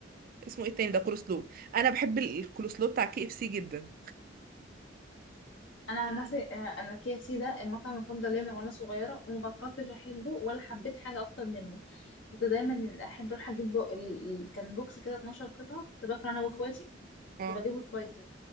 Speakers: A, on the right; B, on the left.
A: اسمه ايه التاني ده كولسلو انا بحب ال- الكولسلو بتاع كي اف سي جدا
B: انا عن نفسي آه، انا كي اف سي ده المطعم المفضل ليا من وانا صغيره وما بطلتش احبه ولا حبيت حاجه اكتر منه كنت دايما احب اروح اجيب بو... ال... ال- كان بوكس كده 12 قطعه كنت باكله انا واخواتي كنت
A: اه
B: بجيبه سبايسي